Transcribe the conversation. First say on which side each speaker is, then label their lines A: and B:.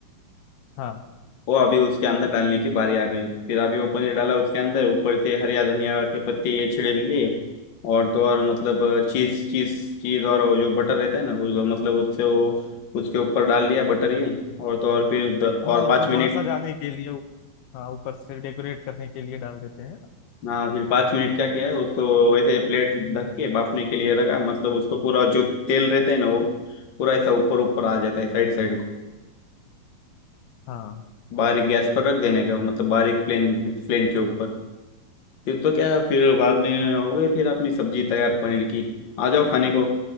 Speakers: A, on the left; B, on the left.
A: हाँ
B: वो अभी उसके अंदर डालने की बारी आ गई फिर अभी वो पनीर डाला उसके अंदर ऊपर से हरिया धनिया के पत्ते ये छिड़क दिए और तो और मतलब चीज चीज चीज और वो जो बटर रहता है ना वो मतलब उससे वो उसके ऊपर डाल दिया बटर ये और तो और फिर द, और
A: हाँ, उसको
B: पाँच मिनट
A: थोड़ा सजाने के लिए हाँ ऊपर से डेकोरेट करने के लिए डाल देते हैं
B: हाँ फिर पाँच मिनट क्या किया है, उसको वैसे प्लेट ढक के बाफने के लिए रखा मतलब उसको पूरा जो तेल रहता है ना वो पूरा ऐसा ऊपर ऊपर आ जाता है साइड साइड को
A: हाँ
B: बारीक गैस पर रख देने का मतलब बारीक प्लेन प्लेन के ऊपर फिर तो क्या फिर बाद में हो गई फिर अपनी सब्जी तैयार पनीर की आ जाओ खाने को